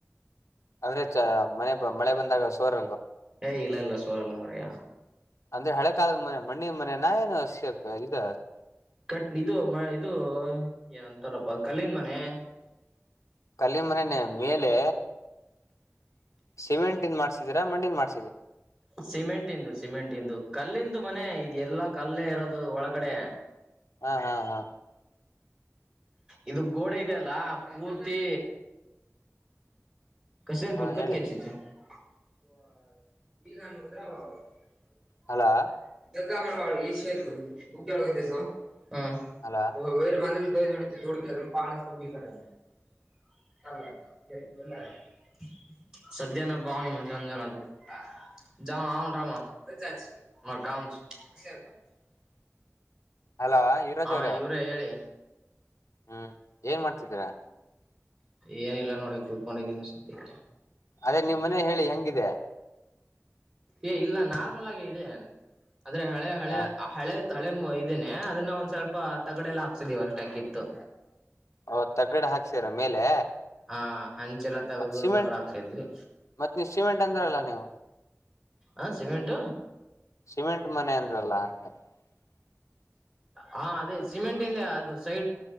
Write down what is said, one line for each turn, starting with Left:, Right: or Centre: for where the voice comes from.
Left: ಅದ್ರೆ ಚ ಮನೆ ಮಳೆ ಬಂದಾಗ ಸೋರ್
Right: ಏ ಇಲ್ಲ ಇಲ್ಲ ಸೋರಲ್ಲ ಮರೆಯಾ
Left: ಅಂದ್ರೆ ಹಳೆ ಕಾಲದ ಮನೆ ಮಣ್ಣಿ ಮನೆ ನಾ ಏನು ಸೆ ಇದ
Right: ಕಟ್ ಇದು ಮ ಇದು ಏನಂತಾರಪ್ಪ ಕಲ್ಲಿನ್ ಮನೆ
Left: ಕಲ್ಲಿ ಮನೆನೆ ಮೇಲೆ ಸಿಮೆಂಟಿನ್ ಮಾಡ್ಸಿದೀರಾ ಮಣ್ಣಿನ್ ಮಾಡ್
Right: ಸಿಮೆಂಟ್ ಇಂದು ಸಿಮೆಂಟ್ ಇಂದು ಕಲ್ಲಿಂದು ಮನೆ ಈ ಎಲ್ಲಾ ಕಲ್ಲೇ ಇರೋದು ಒಳಗಡೆ
Left: ಹಾ -ಹಾ -ಹಾ
Right: ಇದು ಗೋಡೆಗ ಅಲ್ಲ ಪೂರ್ತಿ ಕಸ ದದುಡ್ಕತ್
Left: ಹಾ ಹೇಳಿ
Right: ಕೆಚಿ <unintelligible> <unintelligible>
Left: ಹಲೋ
Right: <unintelligible>
Left: ಹಲೋ
Right: <unintelligible> <unintelligible> <unintelligible>
Left: ಹಲೋ ಯುವರಾಜ್
Right: ಹಾ
Left: ಅವ್ರೆ
Right: ಇವ್ರೇ ಹೇಳಿ
Left: ಹ್ಮ್ ಏನ್ ಮಾಡ್ತಿದ್ದೀರಾ
Right: ಏನಿಲ್ಲ ನೋಡಿ ಕುತ್ಕೊಂಡಿದೀನಿ ಸದ್ಯಕೆ
Left: ಅದೇ ನಿಮ್ ಮನೆ ಹೇಳಿ ಹೆಂಗಿದೆ
Right: ಏ ಇಲ್ಲ ನಾರ್ಮಲ್ ಆಗಿ ಇದೆ ಅಂದ್ರೆ ಹಳೆ ಹಳೆ
Left: ಹ
Right: ಹಳೆ ಹಳೆ ಇದೇನೆ ಅದನ್ನ ಒಂದ್ ಸ್ವಲ್ಪ ತಗಡೆ ಎಲ್ಲ ಹಾಕ್ಸಿದೀವಿ ಅಷ್ಟೇ ಕಿತ್ತು
Left: ಅವತ್ ತಗಡೆ ಹಾಕ್ಸೀರ ಮೇಲೆ
Right: ಹ ಹಂಚೆಲ್ಲ ತಗದು
Left: ಮತ್ ಸಿಮೆಂಟ್
Right: ತಗಡ ಹ್ಯಾಕ್ಸಿದ್ವಿ
Left: ಮತ್ ನೀವ್ ಸಿಮೆಂಟ್ ಅಂದ್ರಲ್ಲ ನೀವು
Right: ಆ ಸಿಮೆಂಟ
Left: ಸಿಮೆಂಟ್ ಮನೆ <unintelligible>
Right: ಹಾ ಅದೇ ಸಿಮೆಂಟ್ ಇಂದ ಅದು ಸೈಡ್